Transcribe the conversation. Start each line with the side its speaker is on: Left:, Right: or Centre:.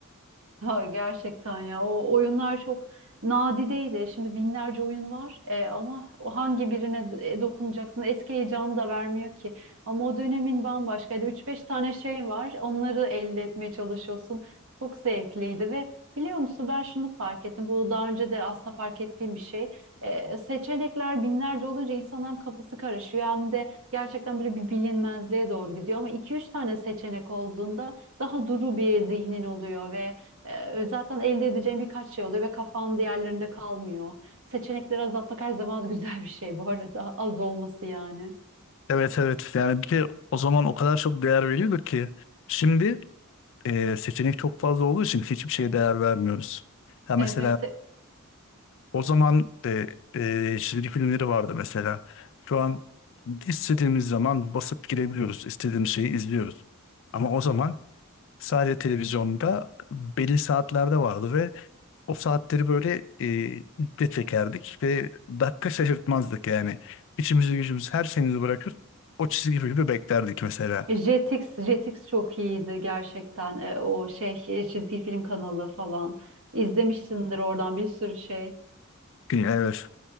Right: Ha, gerçekten ya o oyunlar çok nadideydi. Şimdi binlerce oyun var E, ama o hangi birine d- e, dokunacaksın eski heyecanı da vermiyor ki. Ama o dönemin bambaşkaydı. üç beş tane şey var onları elde etmeye çalışıyorsun. Çok zevkliydi ve biliyor musun ben şunu fark ettim. Bu daha önce de aslında fark ettiğim bir şey. E, seçenekler binlerce olunca insanın hem kafası karışıyor hem de gerçekten böyle bir bilinmezliğe doğru gidiyor. Ama iki üç tane seçenek olduğunda daha duru bir zihnin oluyor ve ee, zaten elde edeceğin birkaç şey oluyor ve kafan diğerlerinde kalmıyor. Seçenekleri azaltmak her zaman <laughs> güzel bir şey bu arada. Az olması yani.
Left: Evet evet yani bir de o zaman o kadar çok değer veriyorduk ki şimdi e, seçenek çok fazla olduğu için hiçbir şeye değer vermiyoruz. Ya mesela
Right: Evet.
Left: o zaman e, e, çizgi filmleri vardı mesela. Şu an istediğimiz zaman basıp girebiliyoruz. istediğimiz şeyi izliyoruz. Ama o zaman sadece televizyonda belli saatlerde vardı ve O saatleri böyle e, iple çekerdik ve dakika şaşırtmazdık yani. İçimizi gücümüzü her şeyimizi bırakır o çizgi filmi beklerdik mesela.
Right: Jetix, Jetix çok iyiydi gerçekten. Ee, o şey e, çizgi film kanalı falan. İzlemişsindir oradan bir sürü şey.
Left: Evet.